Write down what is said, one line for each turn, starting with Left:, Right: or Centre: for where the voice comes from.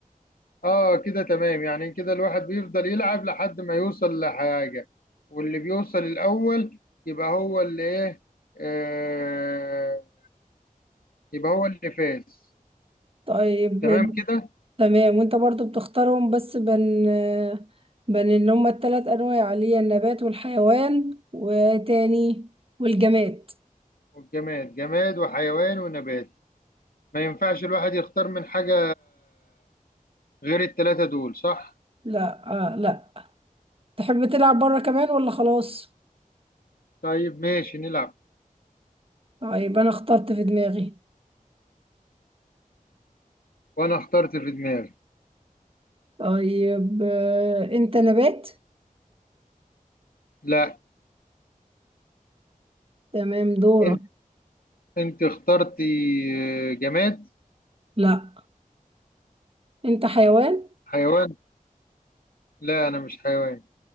Left: اه كده تمام يعني كده الواحد بيفضل يلعب لحد ما يوصل لحاجة واللي بيوصل الأول يبقى هو اللي ايه آه يبقى هو اللي فاز
Right: طيب
Left: تمام كده
Right: تمام وانت برضو بتختارهم بس بين بين اللي هما التلات انواع اللي هي النبات والحيوان وتاني والجماد
Left: والجماد جماد وحيوان ونبات ما ينفعش الواحد يختار من حاجة غير التلاتة دول صح؟
Right: لا آه لا تحب تلعب بره كمان ولا خلاص
Left: طيب ماشي نلعب
Right: طيب انا اخترت في دماغي
Left: وانا اخترت في دماغي
Right: طيب آه، انت نبات
Left: لا
Right: تمام دورك
Left: انت انت اخترتي آه، جماد
Right: لا انت حيوان
Left: حيوان لا انا مش حيوان